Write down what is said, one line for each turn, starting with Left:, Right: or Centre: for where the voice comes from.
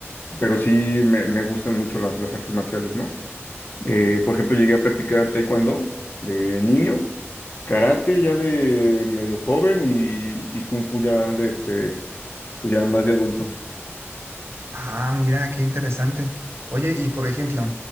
Left: pero sí me, me gustan mucho las, las artes marciales, ¿no? Eh, por ejemplo, llegué a practicar taekwondo de niño, karate ya de medio joven y, y kung fu ya de este, pues ya más de adulto.
Right: Ah, mira, qué interesante. Oye, y por ejemplo,